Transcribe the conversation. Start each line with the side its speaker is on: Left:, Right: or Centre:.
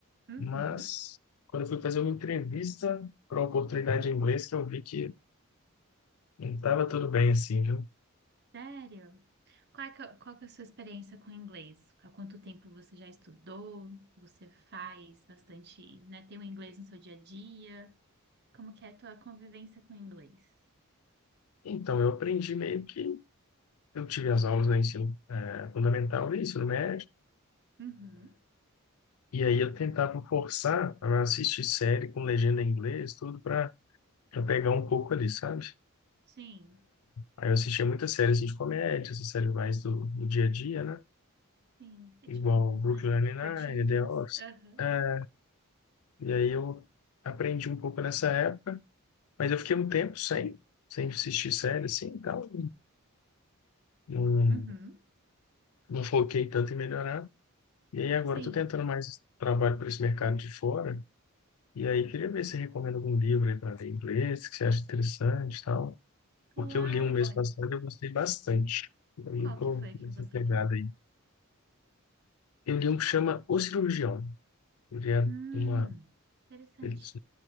Right: Uhum.
Left: mas quando eu fui fazer uma entrevista para uma oportunidade em inglês, que eu vi que não estava tudo bem assim, viu?
Right: Sério? Qual é que, é- qual que é a sua experiência com o inglês? Há quanto tempo você já estudou? Você faz bastante, né? Tem o inglês no seu dia a dia? Como que é a tua convivência com o inglês?
Left: Então, eu aprendi meio que. Eu tive as aulas do ensino, é, fundamental e ensino médio.
Right: Uhum.
Left: E aí eu tentava forçar a assistir série com legenda em inglês, tudo para para pegar um pouco ali, sabe?
Right: Sim.
Left: Aí eu assistia muita série assim, de comédia, essa série mais do, do dia a dia, né?
Right: Sim. Sitcoms,
Left: Igual Brooklyn
Right: né?
Left: Nine-Nine,
Right: Curtinhas.
Left: The Office.
Right: Aham.
Left: É, E aí eu aprendi um pouco nessa época, mas eu fiquei um tempo sem, sem assistir série, assim, então não,
Right: Uhum.
Left: não foquei tanto em melhorar. E aí agora
Right: Sim.
Left: eu tô tentando mais trabalho para esse mercado de fora, e aí queria ver se você recomenda algum livro aí para ler em inglês, que você acha interessante e tal.
Right: Claro.
Left: O que eu li um mês
Right: Olha,
Left: passado e eu gostei bastante. Aí
Right: qual
Left: eu tô
Right: que foi que
Left: nessa
Right: você
Left: pegada
Right: leu?
Left: aí. Eu li um que chama O Cirurgião. Ele é
Right: Hum,
Left: uma...
Right: interessante.
Left: Ele,